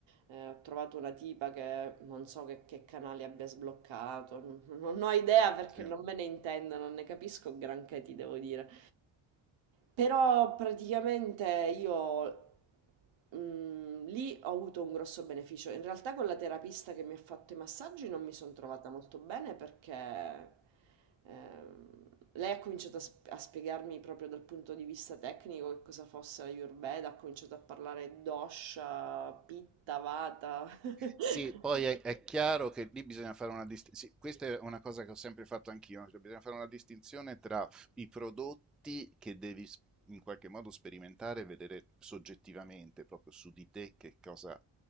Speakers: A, on the right; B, in the centre.
A: eh, ho trovato una tipa che non so che, che canali abbia sbloccato, non, non ho idea perché
B: sì.
A: non me ne intendo, non ne capisco granché, ti devo dire. Però praticamente io Mhmm, lì ho avuto un grosso beneficio. In realtà con la terapista che mi ha fatto i massaggi non mi son trovata molto bene perché, ehm, lei ha cominciato a sp a spiegarmi proprio dal punto di vista tecnico che cosa fosse l'Ayurveda, ha cominciato a parlare dosha, pitta, vata. <laughs>
B: Sì, poi è, è chiaro che lì bisogna fare una distinzione. questa è una cosa che ho sempre fatto anch'io, cioè bisogna fare una distinzione tra f- i prodotti che devi s- in qualche modo sperimentare e vedere soggettivamente, proprio su di te, che cosa